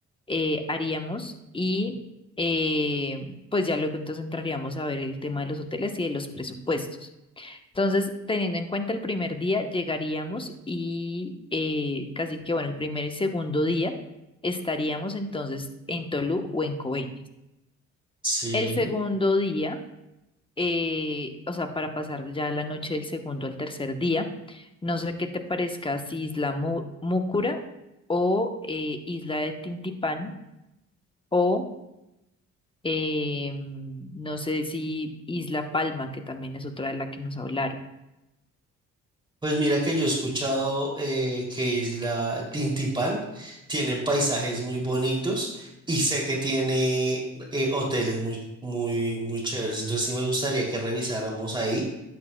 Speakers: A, on the left; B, on the right.
A: eh, haríamos y eh, pues ya luego entonces entraríamos a ver el tema de los hoteles y de los presupuestos. Entonces, teniendo en cuenta el primer día, llegaríamos y eh, casi que bueno, el primer y segundo día estaríamos entonces en Tolú o en Coveñas.
B: Sí.
A: El segundo día eh, o sea, para pasar ya la noche del segundo al tercer día. No sé qué te parezca si Isla Mu- Múcura o eh, Isla de Tintipán o eh, no sé si Isla Palma, que también es otra de la que nos hablaron.
B: Pues mira que yo he escuchado eh, que Isla Tintipán tiene paisajes muy bonitos y sé que tiene eh, hoteles muy, muy, muy chéveres. Entonces sí me gustaría que revisáramos ahí.